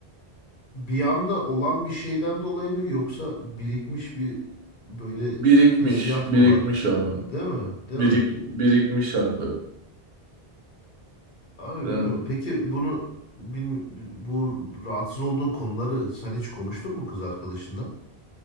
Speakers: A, on the left; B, on the right.
A: Bir anda olan bir şeyden dolayı mı yoksa birikmiş bir böyle
B: Birikmiş,
A: hissiyat
B: birikmiş
A: mı var?
B: abi.
A: Değil mi? Değil
B: Birik,
A: mi?
B: birikmiş abi.
A: Abi
B: Ya.
A: bilmiyorum. Peki bunu bilmi- bu rahatsız olduğun konuları sen hiç konuştun mu kız arkadaşınla?